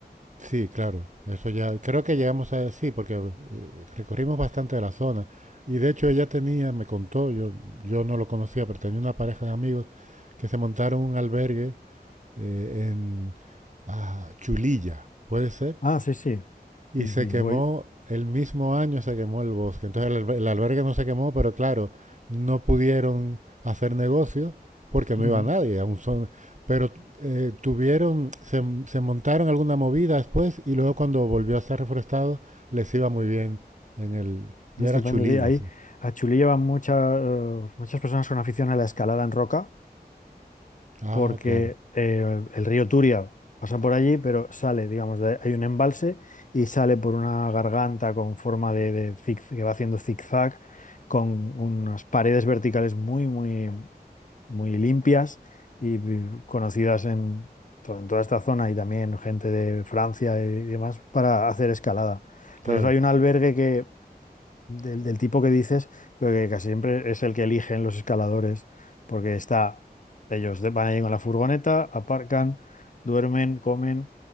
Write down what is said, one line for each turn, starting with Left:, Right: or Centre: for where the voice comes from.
Right: Sí, claro. Eso ya, creo que llegamos a sí, porque eh, recorrimos bastante de la zona. Y de hecho ella tenía, me contó, yo, yo no lo conocía, pero tenía una pareja de amigos que se montaron un albergue eh, en ah, Chulilla, ¿puede ser?
Left: Ah, sí, sí.
Right: Y
Left: Sí,
Right: se
Left: sí,
Right: quemó,
Left: voy.
Right: el mismo año se quemó el bosque. Entonces el, alber- el albergue no se quemó, pero claro, no pudieron hacer negocio porque no
Left: Ujú.
Right: iba nadie. Aún son, pero eh, tuvieron, se, se montaron alguna movida después y luego cuando volvió a ser reforestado les iba muy bien en el... Y
Left: Estupendo,
Right: era chulilla,
Left: sí. Ahí
Right: sí.
Left: a Chulí llevan mucha, eh, muchas personas con afición a la escalada en roca.
Right: Ah,
Left: porque
Right: claro.
Left: eh, el río Turia pasa por allí, pero sale, digamos, de- hay un embalse y sale por una garganta con forma de, de zig- que va haciendo zigzag, con unas paredes verticales muy, muy, muy limpias y vi- conocidas en, to- en toda esta zona y también gente de Francia y demás para hacer escalada.
Right: Claro.
Left: Por eso hay un albergue que del, del tipo que dices, pero que casi siempre es el que eligen los escaladores, porque está, ellos de- van ahí con la furgoneta, aparcan, duermen, comen,